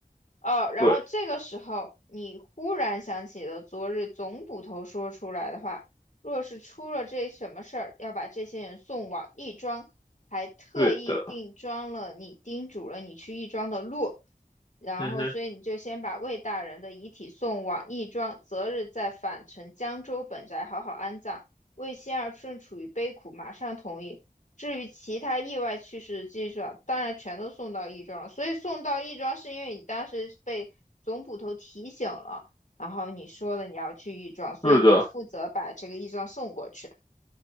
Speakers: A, on the left; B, on the left.
A: 哦，然后这个时候你忽然想起了昨日总捕头说出来的话，
B: 对，
A: 若是出了这什么事儿，要把这些人送往亦庄，还特意定庄了你，
B: 对的，
A: 叮嘱了你去亦庄的路。然后，
B: 嗯哼，
A: 所以你就先把魏大人的遗体送往义庄，择日再返程江州本宅好好安葬。魏仙儿正处于悲苦，马上同意。至于其他意外去世的记者，当然全都送到义庄了。所以送到义庄是因为你当时被总捕头提醒了，然后你说的你要去义庄，所以你就负责把这个义庄送过去。
B: 是的，